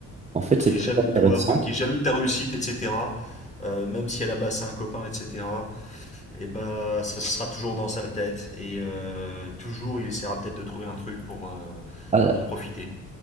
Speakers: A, on the right; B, on the left.
A: En fait,
B: qui
A: c'est
B: est jaloux
A: très
B: de
A: intéressant.
B: toi, enfin qui est jaloux de ta réussite, etc. euh, même si à la base c'est un copain, etc. Et bah ça sera toujours dans sa tête et euh, toujours il essaiera peut-être de trouver un truc pour euh,
A: Ah,
B: pour en profiter.